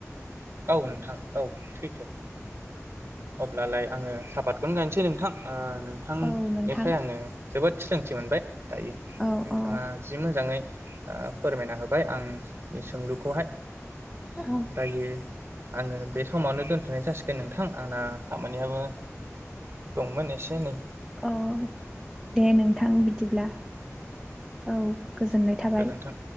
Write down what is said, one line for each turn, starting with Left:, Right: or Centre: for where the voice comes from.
Right: औ नोंथां औ सैथो अब्लालाय आंङो सापातखौनो गायसै नोंथां नोंथांनिफ्राय
Centre: औ नोंथां
Right: आंङो जोबोद सोलोंथि मोनबाय दायो
Centre: औ
Right: नोंथाङा
Centre: औ
Right: जि मोजाङै फोरमायना होबाय आंनि सोंलुखौहाय
Centre: औ
Right: दायो आंङो बे समावनो दोनथनाय जासिगोन नोंथां आंना खामानियाबो दंमोन एसेनै
Centre: औ दे नोंथां बिदिब्ला औ गोजोननाय थाबाय
Right: गोजोन्थों।